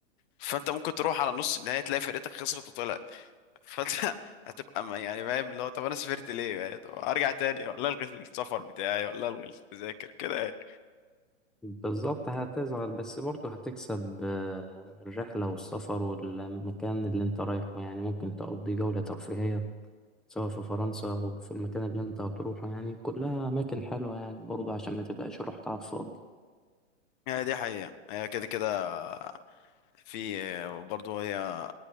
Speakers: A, on the left; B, in the centre.
A: فانت ممكن تروح على نص النهائي تلاقي فرقتك خسرت وطلعت فانت <laughs> هتبقى ما- يعني فاهم اللي هو طب انا سافرت ليه يعني طب ارجع تاني ولا الغي السفر بتاعي ولا الغي التذاكر كده يعني
B: بالظبط هتزعل بس برضه هتكسب آه، الرحلة والسفر والمكان اللي انت رايحه يعني ممكن تقضي جولة ترفيهية سواء في فرنسا أو في المكان اللي أنت هتروحه يعني كلها أماكن حلوة يعني برضه عشان ما تبقاش رحت على الفاضي
A: هي دي حقيقه هي كده كده في برضه هي